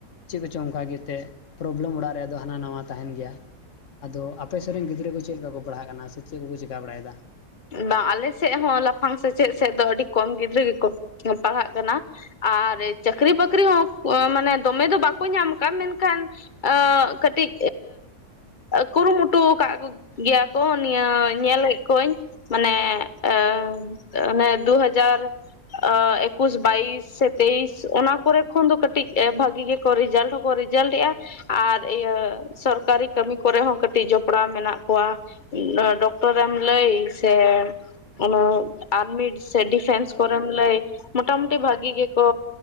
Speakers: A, on the left; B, on the left.
A: ᱪᱮᱫ ᱠᱚᱪᱚᱝ ᱚᱱᱠᱟ ᱜᱮᱛᱮ ᱯᱨᱚᱵᱞᱮᱢ ᱚᱲᱟᱜ ᱨᱮᱭᱟᱜ ᱫᱚ ᱦᱟᱱᱟ ᱱᱟᱣᱟ ᱛᱟᱦᱮᱸᱱ ᱜᱮᱭᱟ, ᱟᱫᱚ ᱟᱯᱮ ᱥᱮ ᱟᱛᱳᱨᱮ ᱨᱮᱱ ᱜᱤᱫᱽᱨᱟᱹ ᱠᱚ ᱪᱮᱫ ᱞᱮᱠᱟ ᱠᱚ ᱯᱟᱲᱦᱟᱜ ᱠᱟᱱᱟ ᱥᱮ ᱪᱮᱫ ᱠᱚ ᱪᱤᱠᱟᱹ ᱵᱟᱲᱟᱭᱫᱟ?
B: ᱵᱟ ᱟᱞᱮ ᱥᱮᱜ ᱦᱚᱸ ᱞᱟᱯᱷᱟᱝ ᱥᱮᱪᱮᱫ ᱥᱮᱫ ᱫᱚ ᱟᱹᱰᱤ ᱠᱚᱢ ᱜᱤᱫᱽᱨᱟᱹ ᱜᱮᱠᱚ ᱚᱞ ᱯᱟᱲᱦᱟᱜ ᱠᱟᱱᱟ, ᱟᱨ ᱪᱟᱹᱠᱨᱤ ᱵᱟᱹᱠᱨᱤ ᱦᱚᱸ ᱢᱟᱱᱮ ᱫᱚᱢᱮ ᱫᱚ ᱵᱟᱠᱚ ᱧᱟᱢ ᱠᱟᱜ-ᱟ, ᱢᱮᱱᱠᱷᱟᱱ ᱟᱹᱜ ᱠᱟᱹᱴᱤᱡ ᱠᱩᱨᱩᱢᱩᱴᱩᱣ ᱠᱟᱜ-ᱟ ᱠᱚ ᱜᱮᱭᱟ ᱠᱚ ᱱᱤᱭᱟᱹ ᱧᱮᱞᱮᱫ ᱠᱩᱣᱟᱹᱧ᱾ ᱢᱟᱱᱮ ᱟᱸ ᱚᱱᱮ ᱫᱩ ᱦᱟᱡᱟᱨ ᱟᱸ ᱮᱠᱩᱥ ᱵᱟᱭᱤᱥ ᱥᱮ ᱛᱮᱭᱤᱥ ᱚᱱᱟ ᱠᱚᱨᱮ ᱠᱷᱚᱱ ᱫᱚ ᱠᱟᱹᱴᱤᱡ ᱮ ᱵᱷᱟᱹᱜᱤ ᱜᱮ ᱠᱚ ᱨᱤᱡᱟᱞᱴ ᱦᱚᱸᱠᱚ ᱨᱤᱡᱟᱞᱴᱮᱜᱼᱟ᱾ ᱟᱨ ᱤᱭᱟᱹ ᱥᱚᱨᱠᱟᱨᱤ ᱠᱟᱹᱢᱤ ᱠᱚᱨᱮ ᱦᱚᱸ ᱠᱟᱹᱴᱤᱡ ᱡᱚᱯᱲᱟᱣ ᱢᱮᱱᱟᱜ ᱠᱚᱣᱟ᱾ ᱱᱚᱣᱟ ᱰᱚᱠᱴᱚᱨ ᱨᱮᱢ ᱞᱟᱹᱭ ᱥᱮ ᱚᱱᱟ ᱟᱨᱢᱤ ᱥᱮ ᱰᱤᱯᱷᱮᱱᱥ ᱠᱚᱨᱮᱢ ᱞᱟᱹᱭ ᱢᱚᱴᱟᱢᱩᱴᱤ ᱵᱷᱟᱹᱜᱤ ᱜᱮᱠᱚ